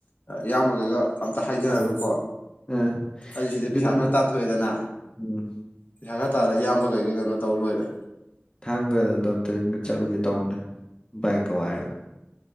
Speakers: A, on the left (about 45°); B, on the left (about 20°).
A: ꯏꯌꯥꯝꯕꯒꯩꯒ ꯑꯝꯇ ꯍꯥꯏꯅꯔꯒꯀꯣ
B: ꯑꯥ ꯑꯥ
A: ꯑꯩ ꯁꯤꯗꯩ
B: ꯑꯗꯨꯅꯦ
A: ꯄꯩꯁꯥ
B: ꯑꯩꯁꯨ
A: ꯈꯔ ꯇꯥꯟꯊꯣꯛꯑꯦꯗꯅ
B: ꯎꯝ
A: ꯄꯩꯁꯥ ꯈꯥꯔ ꯇꯥꯠꯂ ꯏꯌꯥꯝꯕ ꯑꯩꯒꯥꯀꯩ ꯀꯩꯅꯣ ꯇꯧ ꯂꯣꯏꯔꯦ
B: ꯊꯥꯡꯒꯗ ꯑꯝꯇ ꯆꯠꯂꯨꯒꯦ ꯇꯧꯅ ꯕꯥꯏꯛꯀ ꯋꯥꯏꯔꯒ